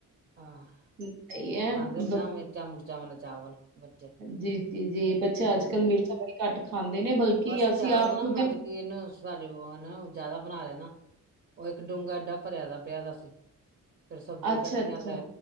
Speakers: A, on the right; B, on the right.
A: ਆਹੋ
B: ਸਹੀ ਹੈ
A: ਉਹ ਖਾਂਦੇ ਨੇ ਨਾ ਮਿਰਚਾਂ ਮੁਰਚ ਚਮਲ ਚਾਵਲ ਬੱਚੇ
B: ਜੀ ਜੀ ਜੀ ਬੱਚੇ ਅੱਜ
A: ਹਾਂ
B: ਕੱਲ ਮਿਰਚਾਂ ਬੜੀ ਘੱਟ ਖਾਂਦੇ ਨੇ ਬਲਕਿ
A: ਬਸ
B: ਅਸੀਂ
A: ਚਾਵਲ
B: ਆਪ
A: ਨਾ
B: ਖੁਦ
A: ਮਤਲਬ
B: ਅ
A: ਕਿ ਇਹਨੂੰ ਸਾਡੇ ਜ਼ਿਆਦਾ ਬਣਾ ਲਿਆ ਨਾ ਉਹ ਇੱਕ ਡੂੰਘਾ ਏਡਾ ਭਰਿਆ ਦਾ ਪਿਆ ਦਾ ਸਿ <unintelligible> ਫਿਰ ਸਬਜ਼ੀਆਂ
B: ਅੱਛਾ,
A: ਕੱਟੀਆਂ
B: ਅੱਛਾ,
A: ਤੇ